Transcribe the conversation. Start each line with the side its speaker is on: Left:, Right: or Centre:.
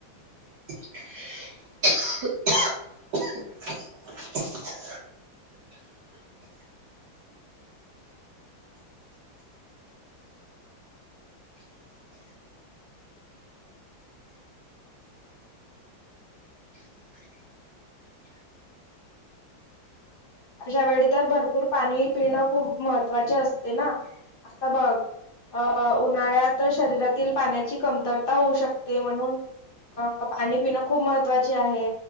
Right: काही दिवसात ना खूपच त्रास होतो.
Left: अशा वेळी तर भरपूर पाणी पिणं खूप महत्वाचे असते ना? आता बघ अं उन्हाळ्यात शरीरातील पाण्याची कमतरता होऊ शकते म्हणून अं पाणी पिणं खूप महत्त्वाचे आहे.